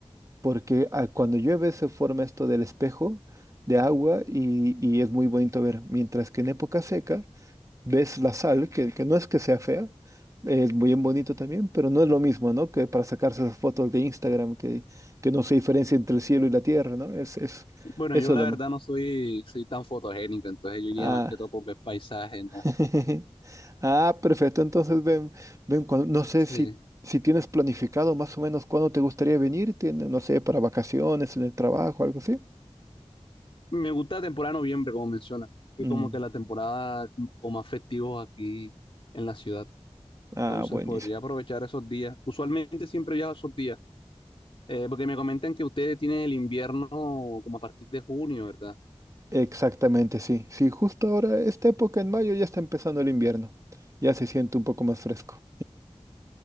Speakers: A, on the right; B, on the left.
A: porque ah, cuando llueve se forma esto del espejo de agua y, y es muy bonito ver, mientras que en época seca ves la sal, que, que no es que sea fea, es muy bien bonito también, pero no es lo mismo, ¿no? Que para sacarse esas fotos de Instagram, que, que no se diferencia entre el cielo y la tierra, ¿no? Es, es,
B: Bueno,
A: eso
B: yo la
A: es lo
B: verdad
A: más.
B: no soy, soy tan fotogénico, entonces yo iría
A: Ah,
B: más que todo por ver paisaje, ¿no?
A: <laughs> ah, perfecto. Entonces, ven, ven, cuan- no sé si,
B: Sí.
A: si tienes planificado más o menos cuándo te gustaría venir, tiene, no sé, para vacaciones, en el trabajo, algo así.
B: Me gusta la temporada de noviembre, como menciona, que
A: Mm,
B: como que la temporada con con más festivos aquí en la ciudad, entonces
A: Ah, buenísimo.
B: podría aprovechar esos días. Usualmente siempre viajo esos días, eh, porque me comentan que ustedes tienen el invierno como a partir de junio, ¿verdad?
A: Exactamente, sí. Sí, justo ahora, esta época en mayo ya está empezando el invierno. Ya se siente un poco más fresco.